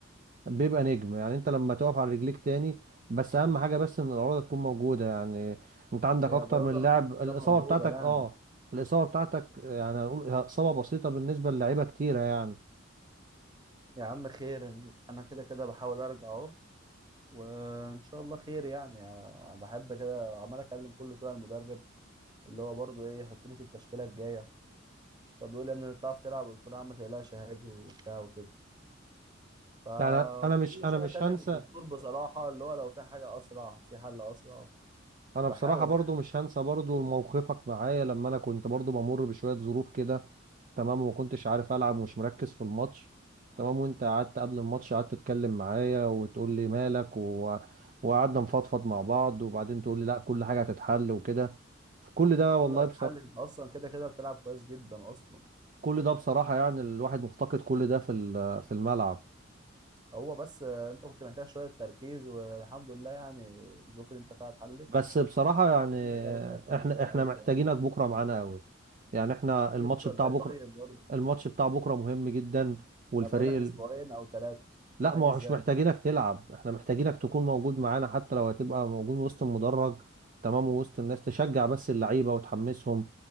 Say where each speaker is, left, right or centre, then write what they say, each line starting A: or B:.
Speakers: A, on the right; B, on the right.
A: بيبقى نجم يعني انت لما تقف على رجليك تاني بس اهم حاجة بس ان الإرادة تكون موجودة يعني انت عندك
B: هي
A: اكتر
B: الرياضة
A: من
B: الحمد
A: لاعب
B: لله
A: الإصابة
B: موجودة
A: بتاعتك
B: يعني
A: اه الإصابة بتاعتك يعني هنقول إصابة بسيطة بالنسبة للاعيبة كتيرة يعني
B: يا عم خير إن- أنا كده كده بحاول أرجع أهو وإن شاء الله خير يعني أنا بحب كده عمال أكلم كل شوية المدرب اللي هو برضه إيه يحطني في التشكيلة الجاية فبيقول لي يا ابني أنت بتعرف تلعب قلت له يا عم ما تقلقش هاجي وبتاع وكده فكل
A: يعني انا مش انا
B: شويه
A: مش
B: اكلم
A: هنسى
B: الدكتور بصراحه اللي هو لو في حاجه اسرع في حل اسرع
A: انا
B: بحاول
A: بصراحه برضو مش هنسى برضو موقفك معايا لما انا كنت برضو بمر بشويه ظروف كده تمام وما كنتش عارف العب ومش مركز في الماتش تمام وانت قعدت قبل الماتش قعدت تتكلم معايا وتقول لي مالك و... وقعدنا نفضفض مع بعض وبعدين تقول لي لا كل حاجه هتتحل وكده في كل
B: يعني
A: ده
B: كله
A: والله
B: هيتحل
A: بص...
B: انت اصلا كده كده بتلعب كويس جدا اصلا
A: كل ده بصراحه يعني الواحد مفتقد كل ده في ال- في الملعب
B: هو بس آه، انت كنت محتاج شويه تركيز والحمد لله يعني الظروف اللي انت فيها اتحلت
A: بس بصراحة يعني
B: كل حاجه رجعت تاني
A: احنا
B: زي الاول
A: احنا محتاجينك
B: يعني
A: بكرة معانا قوي يعني احنا الماتش
B: هاجي بكره
A: بتاع
B: ازاي
A: بكرة
B: طيب برضه
A: الماتش بتاع بكرة مهم جدا والفريق
B: انا بقول لك
A: ال...
B: اسبوعين او ثلاثه
A: لا
B: هاجي
A: ما هو
B: ازاي
A: مش محتاجينك تلعب احنا محتاجينك تكون موجود معانا حتى لو هتبقى موجود وسط المدرج تمام ووسط الناس تشجع بس اللعيبة وتحمسهم